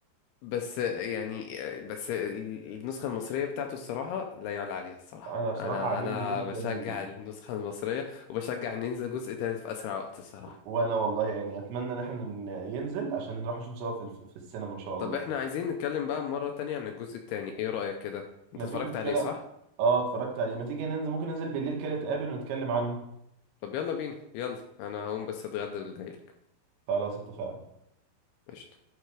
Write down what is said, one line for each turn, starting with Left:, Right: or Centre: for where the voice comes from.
Left: بس يعني بس النسخة المصرية بتاعته الصراحة لا يعلى عليها الصراحة
Right: انا بصراحه
Left: أنا
Right: عاجبني
Left: أنا
Right: جدا
Left: بشجع
Right: ال...
Left: النسخة المصرية وبشجع إن ينزل جزء تالت في أسرع وقت الصراحة
Right: وانا والله يعني اتمنى ان احنا ن- ينزل عشان نروح نشوف سوا في, الف... في السينما ان شاء الله
Left: طب إحنا عايزين نتكلم بقى مرة تانية عن الجزء التاني إيه رأيك كده؟
Right: مفيش
Left: أنت اتفرجت
Right: مشكله
Left: عليه صح؟
Right: اه اتفرجت عليه ما تيجي ننزل ممكن ننزل بالليل كده نتقابل ونتكلم عنه
Left: طب يلا بينا يلا أنا هقوم بس أتغدى وجايلك
Right: خلاص اتفقنا
Left: قشطة